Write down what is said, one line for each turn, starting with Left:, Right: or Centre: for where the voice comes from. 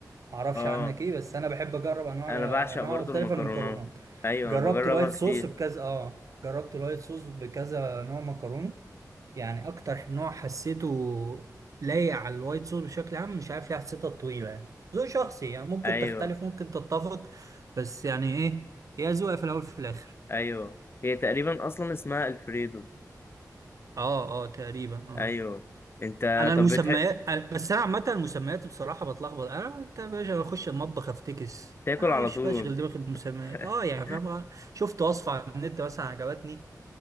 Right: معرفش
Left: اه
Right: عنك ايه بس انا بحب اجرب انواع
Left: انا بعشق
Right: انواع
Left: برضو
Right: مختلفه
Left: المكرونات
Right: من المكرونات
Left: ايوه
Right: جربت
Left: انا بجربها
Right: الوايت
Left: كتير
Right: صوص بكذا اه جربت الوايت صوص بكذا نوع مكرونه يعني اكتر نوع حسيته لايق على الوايت صوص بشكل عام مش عارف ليه حسيتها طويله يعني ذوق شخصي يعني ممكن
Left: ايوه
Right: تختلف ممكن تتفق بس يعني ايه هي ذوق في الاول في الاخر
Left: ايوه هي تقريبا اصلا اسمها الفريدو
Right: اه اه تقريبا اه
Left: ايوه انت
Right: انا المسميات
Left: طب بتح...
Right: أنا- بس انا عامه المسميات بصراحه بتلخبط انا انت يا باشا بخش المطبخ افتكس
Left: تاكل
Right: انا
Left: على
Right: مش
Left: طول
Right: بشغل دماغي بمسميات
Left: <laughs>
Right: اه يعني فاهم آه، شفت وصفه على النت مثلا عجبتني